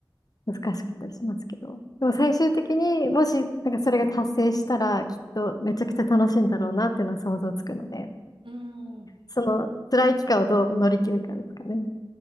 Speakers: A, on the left; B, on the right.
A: 難しかったりしますけど。でも最終的にもし、なんかそれが達成したら、きっとめちゃくちゃ楽しいんだろうなっていうのは想像つくので、
B: うーん、うん
A: その辛い期間をどう乗り切るかですかね。